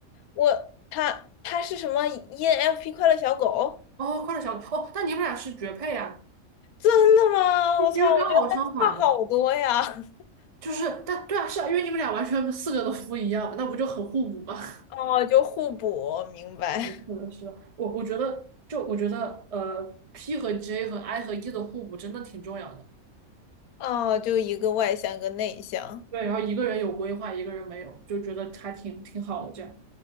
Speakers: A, on the left; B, on the right.
A: 我他他是什么 ENFP 快乐小狗？
B: 哦，快乐小狗。哦，那你们俩是绝配啊？
A: 真的吗？
B: 因为刚好相反嘛。
A: 我操，我觉得他差好多呀。<laughs>
B: 就是，但对啊，是啊，因为你们俩完全四个都不一样，那不就很互补吗？
A: 哦，就互补，明白。
B: 是的，是的，是的我我觉得，就我觉得，呃，P 和 J 和 I 和 E 的互补真的挺重要的。
A: 哦，就一个外向，一个内向。
B: 对，然后一个人有规划，一个人没有，就觉得还挺挺好的这样。